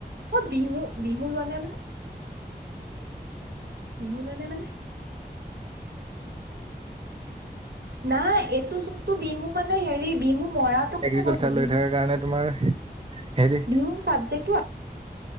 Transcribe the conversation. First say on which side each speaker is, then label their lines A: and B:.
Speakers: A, on the right; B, on the right.
A: মই বিহু- বিহু লোৱা নাই মানে। বিহু লোৱা নাই মানে। নাই এইটো যোনটো বিহু মানে হেৰি বিহু মৰাত <unintelligible> কথা
B: এগ্ৰিকালচাৰ
A: কৈছো
B: লৈ
A: বিহু-
B: থকাৰ কাৰণে তোমাৰ হেৰি
A: বিহু চাবজেক্টো